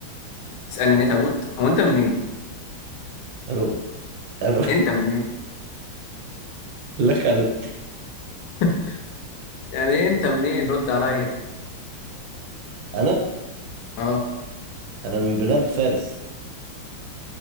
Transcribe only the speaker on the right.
الو الو
<laughs> لك الو
انا
انا من بلاد فارس